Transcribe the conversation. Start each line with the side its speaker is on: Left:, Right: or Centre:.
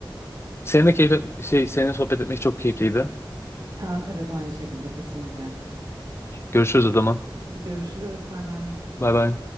Left: Seninle keyif, şey, seninle sohbet etmek çok keyifliydi.
Right: Aa, evet aynı şekilde kesinlikle.
Left: Görüşürüz o zaman.
Right: Hadi görüşürüz. Bay bay.
Left: Bay bay.